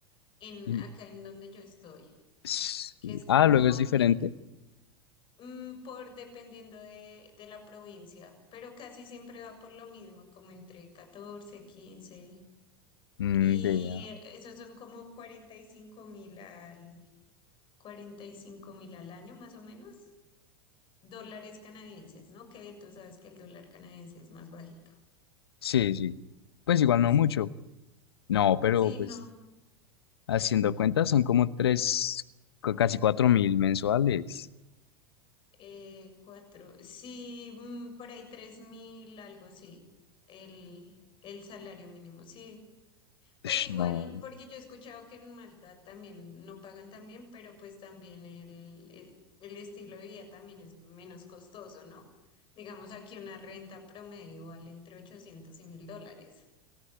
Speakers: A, on the left (about 40°); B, on the left (about 75°).
A: en,
B: Y-
A: acá en donde yo estoy,
B: s-
A: que es como
B: ah, luego es diferente.
A: di- mm, por dependiendo de, de la provincia, pero casi siempre va por lo mismo, como entre 14 quince
B: Mm,
A: Y
B: vea.
A: eh, esos son como cuarenta y cinco mil al, cuarenta y cinco mil al año más o menos. dólares canadienses, ¿no? Que tú sabes que el dólar canadiense es más bajito.
B: Sí, sí. Pues igual no
A: Sí.
B: mucho. No, pero
A: Sí,
B: pues
A: no.
B: haciendo cuentas son como tres, cu- casi cuatro mil mensuales.
A: Eh, cuatro. Sí, mm, por ahí tres mil, algo sí. El, el salario mínimo, sí. Pues
B: Ush,
A: igual,
B: no.
A: porque yo he escuchado que en Malta también no pagan tan bien, pero pues también el, eh, el estilo de vida también es menos costoso, ¿no? Digamos aquí una renta promedio vale entre 800 y 1000 dólares